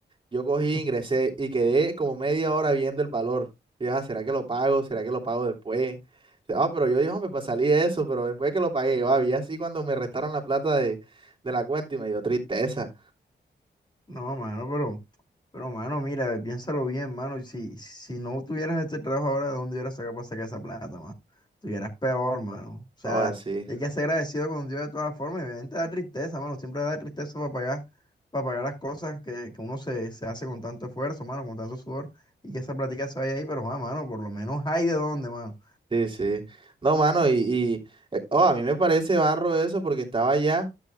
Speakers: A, on the right (about 25°); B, on the left (about 25°).
A: Yo cogí,
B: <laughs>
A: ingresé y quedé como media hora viendo el valor. Y yo, "Ah, ¿será que lo pago? ¿Será que lo pago después? Ah, pero yo dije, hombre, pues salí de eso, pero después que lo pagué, yo había así cuando me restaron la plata de, de la cuenta y me dio tristeza.
B: No, mano, pero... Pero, mano, mira, piénsalo bien, mano. y Si, si no tuvieras este trabajo ahora, ¿de dónde hubieras sacado para sacar esa plata, mano? Estuvieras peor, mano. O sea,
A: Oh, así.
B: y hay que ser agradecido con Dios de todas formas. Y obviamente da tristeza, mano. Siempre da tristeza para pagar, para pagar las cosas que, que uno se, se hace con tanto esfuerzo, mano, con tanto sudor. Y que esa platica se vaya ahí, pero, ah, mano, por lo menos hay de dónde, mano.
A: Sí, sí. No, mano, y, y eh, oh, a mí me parece barro eso porque estaba allá.